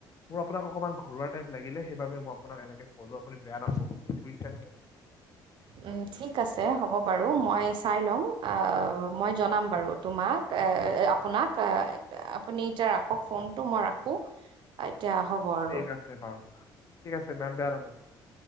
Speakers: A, on the left; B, on the right.
A: মোৰ আপোনাক অকণমান ঘৰুৱা টাইপ লাগিলে সেইবাবে মই আপোনাক এনেক ক'লো আপুনি বেয়া নাপাব বুইছে নে মেম
B: উম ঠিক আছে হ'ব বাৰু মই চাই ল'ম মই জনাম বাৰু তোমাক আপোনাক আপুনি এতিয়া ৰাখক ফোনটো মই ৰাখো
A: <inaudible>
B: এতিয়া হ'ব আৰু
A: ঠিক আছে বাৰু ঠিক আছে মেম বেয়া নাপাব